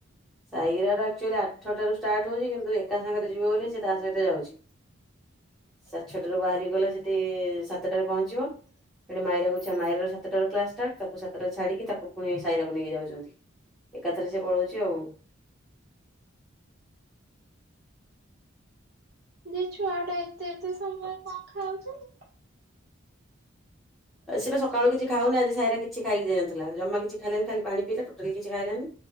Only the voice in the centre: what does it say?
ସାଇରାର ଆକ୍ଚୁଆଲି ଆଠଟାରୁ ଷ୍ଟାର୍ଟ ହଉଛି କିନ୍ତୁ ଏକା ସାଙ୍ଗରେ ଯିବ ବୋଲି ସେ ତା ସହିତ ଯାଉଛି।
ସାଡ୍ ଛଅଟାରୁ ବାହାରି ଗଲେ ସେଠି ଇ ସା ସାତଟାରେ ପହଞ୍ଚିବ ସେଠି ମାଇରାକୁ ଛା ମାଇରାର ସାତଟାରୁ କ୍ଲାସ ଷ୍ଟାର୍ଟ ତାକୁ ସା ଟାରେ ଛାଡିକି ତାକୁ ପୁଣି ସାଇରାକୁ ନେଇକି ଯାଉଛନ୍ତି। ଏକାଥରେ ସେ ପଳଉଛି ଆଉ।
ସେ ପା ସକାଳୁ କିଛି ଖାଉନାହାନ୍ତି। ସାଏରା କିଛି ଖାଇକି ଯାଇନଥିଲା। ଜମା କିଛି ଖାଇଲାନି ଖାଲି ପାଣି ପିଇଲା ଟୋଟାଲ କିଛି ଖାଇଲାନି।